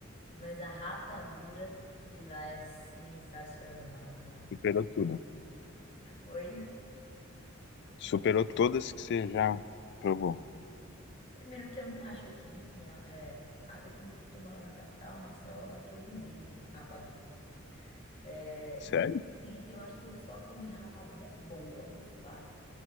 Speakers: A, on the left; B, on the left.
A: Mas a rapadura de lá é sensacional, cara.
B: Superou tudo.
A: Oi?
B: Superou todas que você já provou.
A: Primeiro que eu não acho aqui, minha- é, a- eu tô, tô morando na capital, Maceió, aqui eu nem vejo rapadura. É,
B: Sério?
A: e, gente, eu acho que eu só comi rapadura boa, de fato,